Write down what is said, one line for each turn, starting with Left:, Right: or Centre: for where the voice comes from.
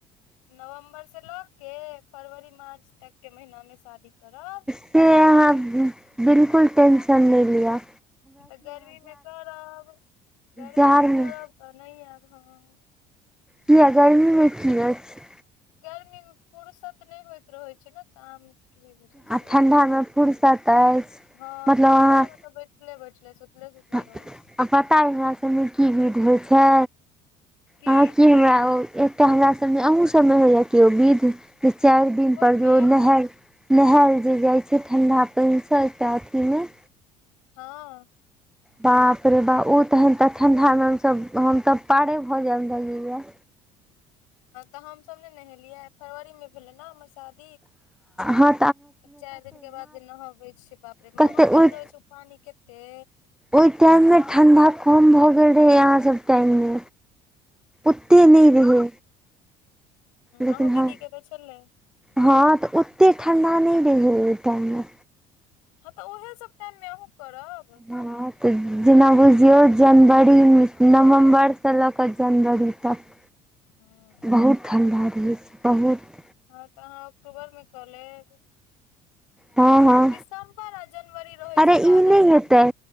Left: नवम्बरसँ लऽ के फरवरी मार्च तकके महिना मे शादी करब
Centre: से अहाँ बिल्कूल टेंशन नहि लिआ
Left: तऽ गर्मीमे करब गर्मीमे
Centre: जाड़मे
Left: करब तऽ नहि आयब हम।
Centre: किया गर्मी मे की अछि
Left: गर्मी मे फुर्सत नहि होइत रहैत छै ने तऽ बझ
Centre: आ ठण्डामे फुर्सत अछि
Left: हँ
Centre: मतलब
Left: ठण्डा
Centre: अहाँ
Left: मे तऽ बैठले बैठले सुतले
Centre: आ
Left: रहै छी
Centre: पता हमरा सभमे की गध होइ छै
Left: की
Centre: अहाँ के हमरा ओ तऽ हमरा सभमे अहाँ सभमे होइया केओ विध जे चारि दिन
Left: कोन
Centre: पर ज
Left: विध
Centre: नहर नहायल जे जाय छै ठंडा पानि से एकटा अथी मे
Left: ह
Centre: बाप रे बा ओ तहन तखधा मे हमसँ हमसँ पारे भऽ जायब लगेया
Left: तऽ हमस ने नहेलियै फरवरी मे भेले ने हमर साथ
Centre: ह
Left: चारि दिनक के बाद जे नहबै छै बाप रे
Centre: कते
Left: महकैत
Centre: ओहि
Left: रहे छै ओ पानी कते
Centre: ओहि टाइम मे ठण्ढा कम भऽ गेल रहै अहाँ सभ टाइम मे अतै नहि रहै लेकिन
Left: आहु
Centre: हँ
Left: दीदी के तऽ चलै
Centre: हँ तऽ ओते ठंडा नहि रहहि ओहि टाइम मे
Left: हँ तऽ उएहे सभ टाइम मे अहूँ करब
Centre: हँ तऽ जेना बुझियौ जनवरीमे नवम्बरसँ लऽ कऽ जनवरी तक। <inaudible>
Left: हँ
Centre: बहुत ठण्ढा रहै छै बहुत
Left: हँ तऽ अहाँ अक्टूबर मे कऽ लेब
Centre: हँ हँ
Left: दिसम्बर आ जनवरी रहै
Centre: अरे
Left: छै ज्यादा
Centre: ई नै
Left: ठंडा
Centre: हेतै